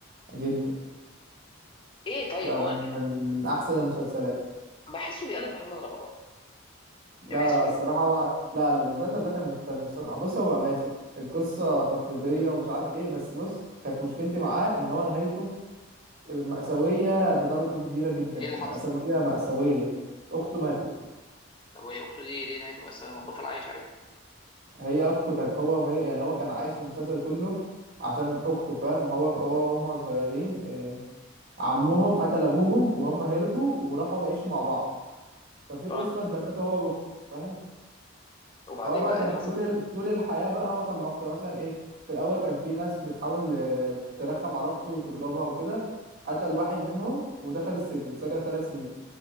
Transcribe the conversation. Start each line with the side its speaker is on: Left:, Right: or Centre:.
Right: جدا
Left: ايه طيب
Right: لا
Left: هو
Right: من من من احسن المسلسلات
Left: بحسه بيقلد محمد رمضان
Right: لا
Left: يعني بحسه
Right: لا
Left: بيقول
Right: الصراحه هو لا لا، المسلسل ده كان مختلف الصراحه بص هو ماشي القصه تقليديه ومش عارف ايه بس بص كانت مشكلتي معاه ان هو نهايته مأساويه بدرجه كبيره جدا
Left: ايه اللي حصل
Right: مأساويه مأساويه اخته ماتت
Left: هو هي اخته دي ليه نهايته مأساوية ما بطل عايش عادي
Right: هي اخته كانت هو وهي يعني هو كان عايش المسلسل كله عشان اخته فاهم هو هو وهم صغيرين إيه، عمهم قتل ابوهم وهم هربوا وراحوا يعيشوا مع بعض ففي
Left: طيب
Right: اسره اتبنته هو واخته فاهم
Left: وبعدين
Right: فهو بقى
Left: بقى
Right: كان
Left: إيه اللي حصل
Right: طول ال- طول الحياة بقى هو كان مقطع مثلا ايه في الأول كان في ناس بتحاول آه، ترخم على أخته وتضربها وكده قتل واحد منهم ودخل السجن اتسجن ثلاث سنين